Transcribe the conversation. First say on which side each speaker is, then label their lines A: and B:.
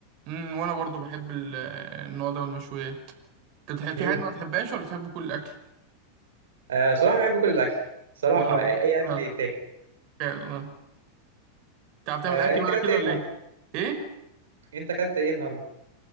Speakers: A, on the right; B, on the right.
A: امم وانا برضه بحب ال- آه، النوع ده من المشويات انت بتحب في
B: امم
A: حاجه ما تحبهاش ولا تحب كل الاكل
B: آه، صراحة بحب كل الأكل صراحة
A: وانا برضه
B: يعني أي أكل
A: اه
B: يتاكل
A: فعلا انا تعرف تعمل
B: آه،
A: اكل
B: أنت
A: بقى
B: أكلت
A: كده
B: إيه
A: ولا
B: النهاردة؟
A: ايه ايه
B: أنت أكلت إيه النهاردة؟